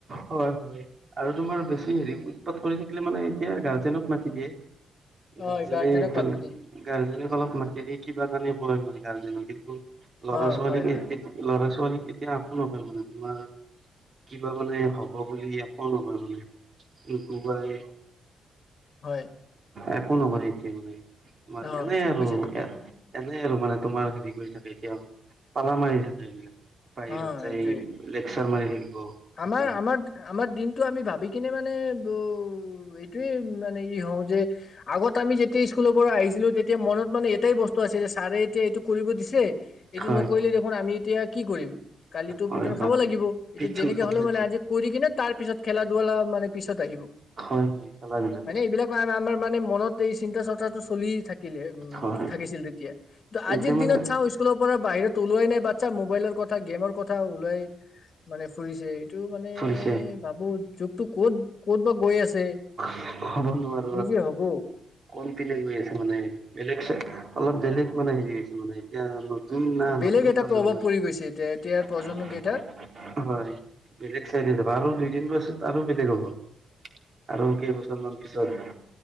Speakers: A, on the right; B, on the left.
A: হয় হয় আৰু তোমাৰ বেছি হেৰি উৎপাত কৰি থাকিলে মানে এতিয়া গাৰ্জেনক মাতি দিয়ে গাৰ্জেনে
B: অ গাৰ্জেনক
A: এটো
B: পাতি দি
A: গাৰ্জেনে অলপ মাতি দি কিবা জানি কয় মানে গাৰ্জেনত এটো লৰা
B: অ
A: ছোৱালী
B: হয় হয়
A: এতি লৰা ছোৱালী এতিয়া একো নকয় মানে তোমাৰ কিবা মানে হ'ব বুলি একো নকয় মানে কুবাই
B: হয়।
A: একো নহৰে এতিয়া মানে। তোমাৰ
B: অ
A: এনেই
B: ঠিক
A: আৰু
B: কৈছা তুমি
A: এনে আৰু মানে তোমাৰ হেৰি কৰি থাকে এতিয়া, পালা মাৰি থাকে এইবিলাক। বাহিৰত
B: অ
A: যাই
B: এইটোয়ে
A: লেকচাৰ মাৰি হোটেলত
B: আমাৰ আমাৰ আমাৰ দিনটো আমি ভাবি কিনে মানে ব এইটোয়ে মানে ই হ কওঁ যে আগত আমি যেতিয়া স্কুলৰ পৰা আহিছিলো তেতিয়া মনত মানে এটাই বস্তু আছিল চাৰে এতিয়া এইটো কৰিব দিছে, এইটো
A: হয়
B: নকৰিলে দেখোন আমি এতিয়া কি কৰিম, কালিটো
A: হয়
B: পিটন খাব লাগিব,
A: হয়
B: এইটো হলে মানে আজি কৰি কিনে তাৰ পিছত খেলা ধূলা মানে পিছত আহিব।
A: হয় হয় খেলা ধূলা
B: হয়
A: পিছত
B: নে? এইবিলাক আমাৰ মানে মনত এই চিন্তা চৰ্চাটো চলি থাকিলে উম
A: হয়
B: থাকিছিল তেতিয়া কি আজিৰ
A: এতিয়া মানে
B: দিনত চাওঁ স্কু লৰ পৰা বাহিৰত ওলোৱাই নাই বাচ্ছা, মোবাইলৰ কথা গেমৰ কথা ওলোৱাই মানে ছে এইটো মানে
A: ফুৰিছে
B: ভাবো যুগটো ক'ত, ক'ত বা গৈ আছে।
A: হ'ব নোৱা
B: কি যে হ'ব।
A: কোন পিনে গৈ আছে মানে। বেলেগ চ, অলপ বেলেগ মানে হেৰিছে মানে এতিয়া তুমি না
B: বেলেগ
A: নতুন
B: এটা
A: প্ৰজন্ম
B: প্ৰভাৱ পৰি গৈছে এতিয়া এতিয়াৰ
A: <unintelligible>
B: প্ৰজন্ম কেইটাৰ
A: হয় বেলেগ <unintelligible> দুই তিন বছৰ তাৰো বেলেগ হ'ব আৰু কেই বছৰ মান পিছত।